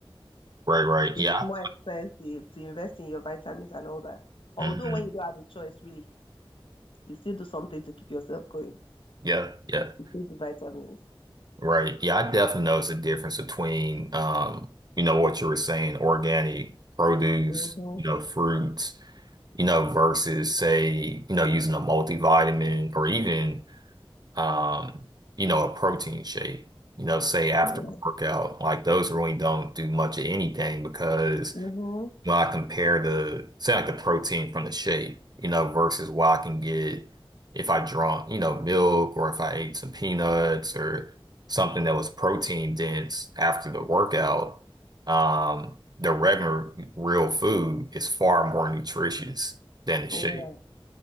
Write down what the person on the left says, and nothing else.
It's
more expensive to invest in your vitamins and all that. Although
when you don't have a choice, really, you still do something to keep yourself going.
Take the vitamins.
Mm-hmm.
Yeah.
Mm-hmm.
Yeah.